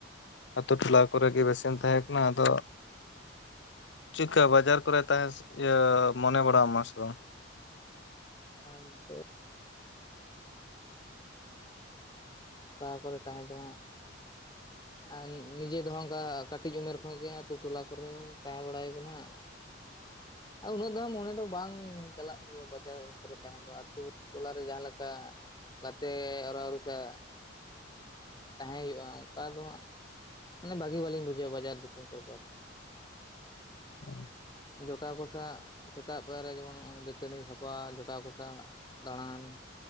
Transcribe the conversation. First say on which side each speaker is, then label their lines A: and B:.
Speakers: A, on the left; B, on the left.
A: ᱟᱛᱳ ᱴᱚᱞᱟ ᱠᱚᱨᱮ ᱜᱮ ᱵᱮᱥᱮᱢ ᱛᱟᱦᱮᱸ ᱠᱟᱱᱟ ᱟᱫᱚ ᱪᱤᱠᱟᱹ ᱵᱟᱡᱟᱨ ᱠᱚᱨᱮ ᱛᱟᱦᱮᱸ ᱤᱭᱟᱹ ᱢᱚᱱᱮ ᱵᱟᱲᱟ ᱟᱢᱟ ᱥᱮ ᱵᱟᱝ?
B: ᱟᱢ ᱫᱚ <inaudible> ᱛᱟ ᱯᱚᱨᱮ ᱛᱟᱦᱮᱸ ᱫᱚ ᱦᱟᱸᱜ, ᱟᱨ ᱱᱤᱡᱮ ᱫᱚ ᱚᱱᱠᱟ ᱠᱟᱹᱴᱤᱡ ᱩᱢᱮᱨ ᱠᱷᱚᱱ ᱜᱮ ᱟᱛᱳ ᱴᱚᱞᱟ ᱠᱚᱨᱮ ᱛᱟᱦᱮᱸ ᱵᱟᱲᱟ ᱦᱩᱭ ᱟᱠᱟᱱᱟ ᱾ <inaudible> ᱩᱱᱟᱹᱜ ᱫᱚ ᱢᱚᱱᱮ ᱫᱚ ᱵᱟᱝ ᱪᱟᱞᱟᱜ ᱜᱮᱭᱟ ᱵᱟᱡᱟᱨ ᱠᱚᱨᱮ ᱛᱟᱦᱮᱸ ᱫᱚ ᱟᱛᱳ ᱴᱚᱞᱟᱨᱮ ᱡᱟᱦᱟᱸ ᱞᱮᱠᱟ ᱾ ᱜᱟᱛᱮ ᱟᱨ ᱟᱨᱩᱥᱟ <unintelligible> ᱛᱟᱦᱮᱸ ᱦᱩᱭᱩᱜᱼᱟ ᱚᱱᱠᱟ ᱫᱚ ᱦᱟᱸᱜ <inaudible> ᱢᱟᱱᱮ ᱵᱷᱟᱹᱜᱤ ᱵᱟᱞᱤᱧ ᱵᱩᱡᱷᱟᱹᱣᱟ ᱵᱟᱡᱟᱨ ᱫᱤᱥᱚᱢ ᱠᱚᱨᱮ ᱫᱚ ᱟᱨᱠᱤ
A: ᱦᱟ <inaudible>
B: ᱡᱚᱴᱟᱣ ᱠᱚᱥᱟᱜ ᱥᱮᱛᱟᱜ ᱯᱮᱭᱟᱨ ᱨᱮ ᱡᱮᱢᱚᱱ ᱱᱚᱜᱼᱚᱭ ᱫᱟᱹᱛᱟᱹᱱᱤ ᱥᱟᱯᱷᱟ ᱡᱚᱴᱟᱣ ᱠᱚᱥᱟᱜ ᱫᱟᱲᱟᱱ